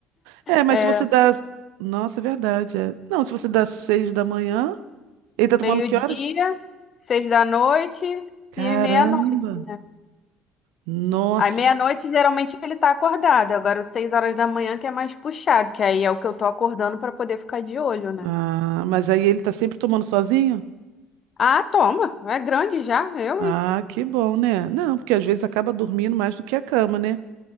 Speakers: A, on the right (about 70°); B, on the left (about 45°).
A: É, mas
B: É,
A: se você dá. Nossa, é verdade. é. Não, se você dá seis da manhã, ele tá
B: meio-dia,
A: tomando que horas?
B: seis da noite
A: Caramba!
B: e meia-noite, né?
A: Nossa!
B: Aí meia-noite geralmente ele tá acordado. Agora, às seis horas da manhã que é mais puxado, que aí é o que eu tô acordando pra poder ficar de olho, né?
A: Ah, mas aí ele tá sempre tomando sozinho?
B: Ah, toma. É grande já, eu,
A: Ah,
B: hein?
A: que bom, né? Não, porque às vezes acaba dormindo mais do que a cama, né?